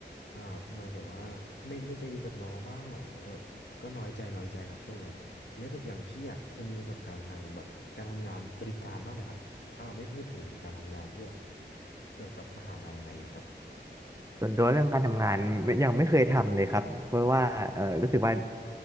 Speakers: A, on the left; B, on the right.
A: อ้าวทำไมแบบว่าไม่ไม่ใจดีกับน้องบ้างหรอแบบก็น้อยใจน้อยใจครับช่วงนั้น และแบบอย่างพี่อ่ะเคยมีประสบการณ์ทางแบบการทำงานบริการบ้างไหมครับถ้าเราไม่พูดถึงการทำงานที่แบบเกี่ยวกับมหาลัยอะไรเงี้ยครับ
B: ส่วนตัวเรื่องการทำงานไม่ยังไม่เคยทำเลยครับเพราะว่าเออรู้สึกว่า